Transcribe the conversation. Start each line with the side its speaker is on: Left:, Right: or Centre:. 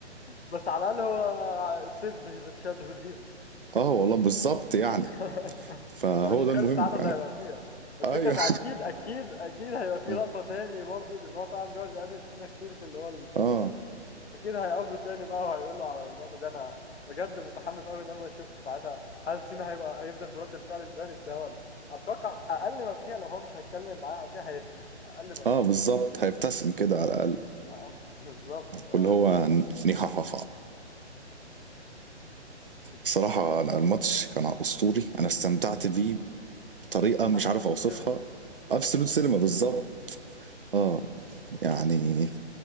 Left: بس على الاقل هو saved his childhood hero
Right: <laughs> اه والله بالظبط يعني
Left: <laughs>
Right: فهو
Left: انا مش
Right: ده
Left: متخيل
Right: المهم
Left: السعاده
Right: يعني
Left: اللي هيبقى فيها الفكره
Right: ايوه
Left: ان اكيد اكيد اكيد هيبقى في
Right: اه
Left: لقطه تاني برضه لان هو طبعا بيقعد يقابل سينا كتير في اللي هو الطرقه
Right: اه
Left: دي اكيد هيقابله تاني بقى وهيقول له على اللقطه دي انا بجد متحمس قوي ان انا اشوف ساعتها هل سينا هيبقى هيفضل برد الفعل البارد ده ولا اتوقع اقل ما فيها لو هو مش هيتكلم معاه او كده هيضحك اقل ما
Right: اه
Left: فيها
Right: بالظبط
Left: يعني.
Right: هيبتسم كده على الاقل
Left: <laughs> بالظبط اللي هو
Right: واللي هو نيهاهاها
Left: <laughs>
Right: الصراحه أنا الماتش كان اسطوري انا استمتعت بيه بطريقه مش
Left: absolute
Right: عارف اوصفها
Left: cinema
Right: ابسولوت
Left: absolute
Right: سينما بالظبط
Left: cinema
Right: اه يعني